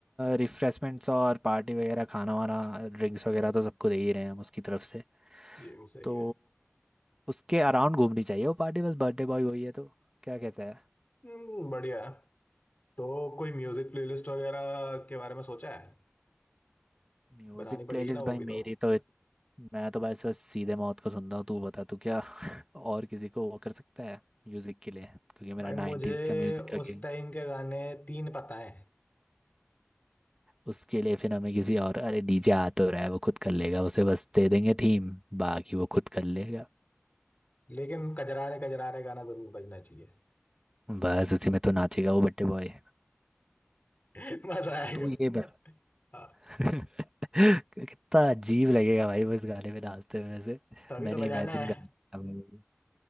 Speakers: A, on the right; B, on the left.
A: रिफ्रेशमेंट्स और पार्टी वगैरह खाना वाना ड्रिंक्स वगैरह तो सबको दे ही रहे हैं हम उसकी तरफ से
B: ये भी सही
A: तो
B: है
A: उसके अराउंड घूमनी चाहिए वो पार्टी बस बर्थडे बॉय वही है तो क्या कहता है
B: हम्म बढ़िया है तो कोई म्यूजिक प्लेलिस्ट वगैरह के बारे में सोचा है
A: म्यूजिक
B: बनानी पड़ेगी
A: प्लेलिस्ट
B: ना वो
A: भाई
B: भी
A: मेरी
B: तो
A: तो इत... मैं तो भाई सर सीधे मौत को सुनता हूँ तू बता तू क्या <laughs> और किसी को वो कर सकता है म्यूजिक के लिए क्योंकि मेरा
B: भाई
A: 90s
B: मुझे
A: का म्यूजिक का
B: उस
A: गेम
B: टाइम के गाने तीन पता है
A: उसके लिए फिर हमें किसी और अरे डीजे आ तो रहा है वो खुद कर लेगा उसे बस दे देंगे थीम बाकी वो खुद कर लेगा
B: लेकिन कजरारे कजरारे गाना जरूर बजना चाहिए
A: बस उसी में तो नाचेगा वो बट्टे बॉय
B: <laughs> मजा आएगा
A: तो ये बत
B: हाँ
A: <laughs> कितना अजीब लगेगा भाई वो इस गाने में नाचते हुए से
B: तभी
A: मैंने
B: तो बजाना
A: इमेजिन
B: है
A: कर लिया